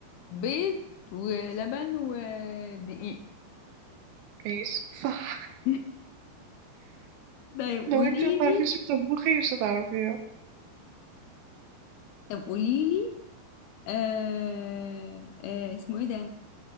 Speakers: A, on the left; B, on the right.
A: بيض ولبن ودقيق
B: ماشي صح
A: <laughs> طيب
B: لو
A: قوليلي
B: انت ما تعرفيش تطبخي مش هتعرفيها
A: طب قوليلي آه آه اسمه ايه ده